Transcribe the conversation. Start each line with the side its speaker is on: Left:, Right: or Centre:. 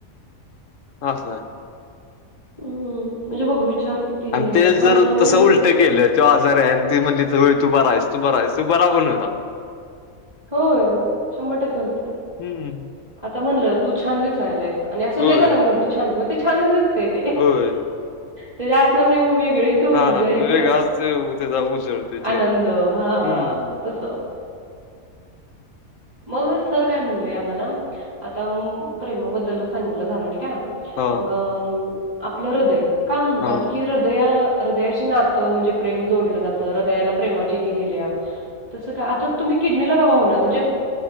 Left: असय
Right: हम्म म्हणजे बघ विचार किती
Left: आणि
Right: हे
Left: ते
Right: माणसाह
Left: जर
Right: पण
Left: तसं
Right: होतय
Left: उलटं केलं त्यो आजारी आहे आणि ते म्हणले होय तू बरा आहेस तू बरा आहेस तू बरा पण होता
Right: होय शंभर टक्के होतय
Left: हम्म
Right: आता म्हणलं तू छान दिसायलायस आणि असं
Left: होय
Right: लई जनांनी म्हण तू छान मग ते छानच दिसतय ते
Left: होय
Right: त्याच्या आतन असऊ वेगळीच ती ऊर्जा
Left: हा हा
Right: येत्या
Left: वेगळाच त्याचा उजळतोय चेहरा
Right: आनंद हा
Left: हम्म.
Right: तस मग सर काय म्हणले आम्हाला आता प्रेमाबद्दलच सांगितलं सरांनी काय
Left: हा
Right: मग आपलं हृदय का म्हणतात
Left: हा
Right: की हृदया हृदयाची नातं म्हणजे प्रेम जोडलं जातं हृदयाला प्रेमाची ही दिल्या तसं का आता तुम्ही किडनीला का भावना म्हणजे